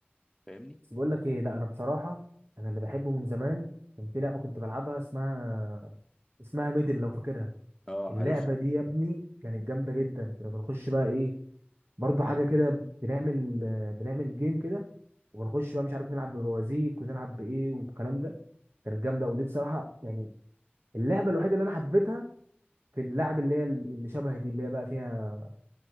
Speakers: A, in the centre; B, on the right.
A: فاهمني
B: بس بقول لك ايه لا انا بصراحه انا اللي بحبه من زمان كان في لعبه كنت بلعبها اسمها اسمها ميدل لو فاكرها
A: اه
B: اللعبه
A: عارف
B: دي يا ابني كانت جامده جدا كنا بنخش بقى ايه برضو حاجه كده بنعمل بنعمل جيم كده وبنخش بقى مش عارف نلعب ببوازيك ونلعب بايه والكلام ده كانت جامده ودي بصراحه يعني اللعبه الوحيده اللي انا حبيتها في اللعب اللي هي اللي شبه دي اللي هي بقى فيها